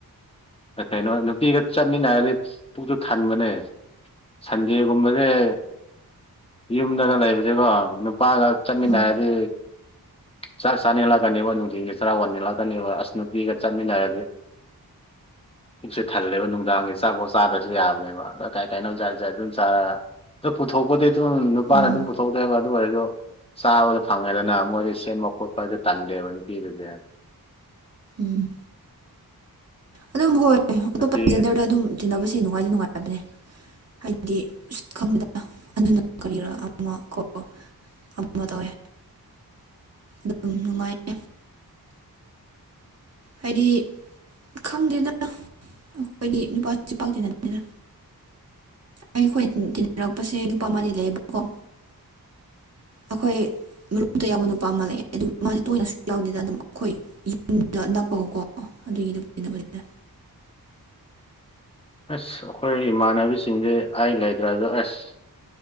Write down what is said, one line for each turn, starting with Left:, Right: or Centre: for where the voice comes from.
Left: ꯀꯩ ꯀꯩꯅꯣ ꯅꯨꯄꯤꯒ ꯆꯠꯃꯤꯟꯅꯔꯗꯤ ꯄꯨꯛꯁꯨ ꯊꯟꯕꯅꯦ ꯁꯟꯗꯦꯒꯨꯝꯕꯁꯦ ꯌꯨꯝꯗꯒ ꯂꯩꯕꯁꯦꯀꯣ ꯅꯨꯄꯥꯒ ꯆꯠꯃꯤꯟꯅꯔꯗꯤ
Right: ꯎꯝ
Left: ꯆꯥꯛ ꯆꯥꯅꯤꯜꯂꯛꯀꯅꯦꯕ ꯅꯨꯡꯊꯤꯟꯒꯤ ꯆꯔꯥ ꯋꯥꯟꯅꯤꯜꯂꯛꯀꯅꯦꯕ ꯑꯁ ꯅꯨꯄꯤꯒ ꯆꯠꯃꯤꯟꯅꯔꯗꯤ ꯄꯨꯛꯁꯦ ꯊꯜꯂꯦꯕ ꯅꯨꯡꯗꯥꯡꯒꯤ ꯆꯥꯛ <unintelligible> ꯆꯥꯗꯁꯨ ꯌꯥꯕꯅꯦꯕ ꯑꯗꯣ ꯀꯥꯏ ꯀꯥꯏꯅꫭ ꯖꯥꯠ ꯖꯥꯠ ꯑꯗꯨꯝ ꯆꯥꯔ ꯑꯗꯨ ꯄꯨꯊꯣꯛꯄꯗꯤ ꯑꯗꯨꯝ ꯅꯨꯄꯥꯅ
Right: ꯎꯝ ꯎꯝ
Left: ꯑꯗꯨꯝ ꯄꯨꯊꯣꯛꯇꯦꯕ ꯑꯗꯨ ꯑꯣꯏꯔꯁꯨ ꯆꯥꯕꯗ ꯐꯪꯉꯦꯗꯅ ꯃꯣꯏꯗꯤ ꯀꯣꯄ ꯑꯗꯨ ꯇꯥꯟꯗꯦꯕ ꯅꯨꯄꯤꯗꯥꯗꯤ
Right: ꯎꯝ ꯑꯗꯨꯝ ꯍꯣꯏ ꯑꯇꯣꯞꯄ
Left: ꯅꯨꯄꯤ
Right: ꯖꯦꯟꯗꯔꯗꯥ ꯑꯗꯨꯝ ꯇꯤꯟꯅꯕꯁꯦ ꯅꯨꯡꯉꯥꯏꯗꯤ ꯅꯨꯡꯉꯥꯏꯕꯅꯦ ꯍꯥꯏꯗꯤ ꯑꯁ ꯈꯪꯗꯗꯥ ꯑꯗꯨꯅ ꯀꯔꯤꯔꯥ ꯑꯃ ꯀꯣ ꯑꯃ ꯇꯧꯋꯦ ꯑꯗꯨꯝ ꯅꯨꯡꯉꯥꯏꯌꯦ ꯍꯥꯏꯗꯤ ꯈꯪꯗꯦꯗꯅ ꯑꯩꯈꯣꯏꯗꯤ ꯅꯨꯄꯥꯁꯤ ꯄꯥꯛ ꯇꯤꯟꯅꯗꯦꯗꯥ ꯑꯩꯈꯣꯏ ꯇꯤꯟꯅꯔꯛꯄꯁꯦ ꯅꯨꯄꯥ ꯑꯃꯗꯤ ꯂꯩꯌꯦꯕꯀꯣ ꯑꯩꯈꯣꯏ ꯃꯔꯨꯞꯇ ꯌꯥꯕ ꯅꯨꯄꯥ ꯑꯃ ꯂꯩ ꯑꯗꯨ ꯃꯥꯗꯤ ꯇꯣꯏꯅ ꯁꯨ ꯌꯥꯎꯗꯦꯗ ꯑꯗꯨꯝ ꯑꯩꯈꯣꯏ ꯌꯨꯝꯗꯣ ꯅꯛꯄꯒꯣꯀꯣ ꯑꯗꯨꯒꯤ ꯑꯗꯨꯝ ꯇꯤꯟꯅꯕꯅꯤꯗ
Left: ꯑꯁ ꯑꯩꯈꯣꯏ ꯏꯃꯥꯟꯅꯕꯤꯁꯤꯡꯁꯦ ꯑꯩ ꯂꯩꯗ꯭ꯔꯁꯨ ꯑꯁ